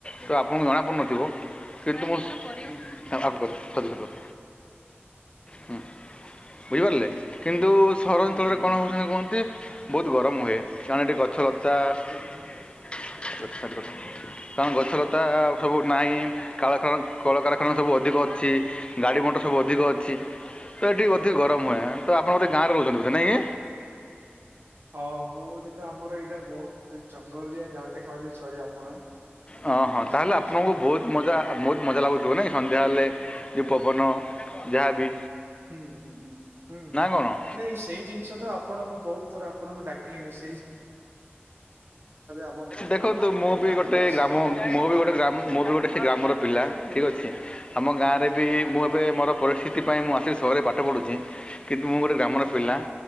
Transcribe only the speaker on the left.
ତ ଆପଣଙ୍କୁ ଜଣା ପଡ଼ୁନଥିବ। ଥିବ
କିନ୍ତୁ ମୁଁ
ଆଗ କର <unintelligible> ହୁଁ ବୁଝିପାରିଲେ କିନ୍ତୁ ସହରାଞ୍ଚଳରେ
କଣ
ହେଉଛନ୍ତି କୁହନ୍ତି ବହୁତ ଗରମ ହୁଏ କାରଣ ଏଠି ଗଛ ଲତା
<unintelligible> କାରଣ ଗଛଲତା ସବୁ ନାହିଁ କାଳଖ କଳକାରଖାନା ସବୁ ଅଧିକ ଅଛି। ଗାଡ଼ି ମଟର ସବୁ ଅଧିକ ଅଛି
ତ ଏଠି ଅଧିକ ଗରମ
ହୁଏ ତ ଆପଣ ବୋଧେ ଗାଁରେ ରହୁଛନ୍ତି ବୋଧେ ନାଇଁ।
ହଁ ହଁ ତାହେଲେ
ଆପଣଙ୍କୁ ବହୁତ ମଜା।
ବହୁତ ମଜା ଲାଗୁଥିବ ନାଇଁ ସନ୍ଧ୍ୟା ହେଲେ ଯଉ ପବନ ଯାହାଵି
କ'ଣ
ଦେଖନ୍ତୁ ମୁଁ
ବି ଗୋଟେ
ଗ୍ରାମ
ମୁଁ ବି ଗୋଟେ ଗ୍ରାମ ମୁଁ ବି ଗୋଟେ ସେ ଗ୍ରାମର ପିଲା ଠିକ୍ ଅଛି। ଆମ ଗାଁରେ ବି ମୁଁ ଏବେ ମୋର ପରିସ୍ଥିତି ପାଇଁ ମୁଁ ଆସିକି ସହରରେ ପାଠ ପଢ଼ୁଛି। କିନ୍ତୁ ମୁଁ ଗୋଟେ ଗ୍ରାମର
ପିଲା